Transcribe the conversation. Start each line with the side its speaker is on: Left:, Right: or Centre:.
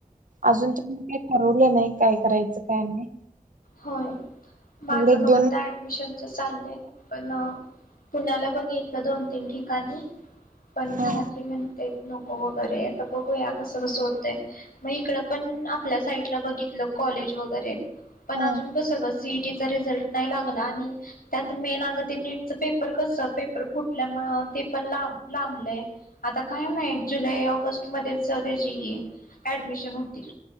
Right: अजून तर काय ठरवलं नाही काय करायचं काय नाही
Left: होय माझ
Right: एवढे एक
Left: बघ
Right: दोन
Left: आता ऍडमिशनच चाललंय पण पुण्याला बघितलं दोन तीन ठिकाणी पण घरातली
Right: हा,
Left: म्हणतेत नको वगैरे आता बघूया कसं कसं होतय मग इकड पण आपल्या साईटला बघितलं कॉलेज वगैरे पण
Right: हा.
Left: अजून कसग सीईटीचा रिझल्ट नाही लागला आणि त्यात मेन अग नीटच पेपर कस पेपर फुटल्यामुळ ते पण लांबलय आता काय माहित जुलै ऑगस्ट मध्येच त्याची ॲडमीशन होतील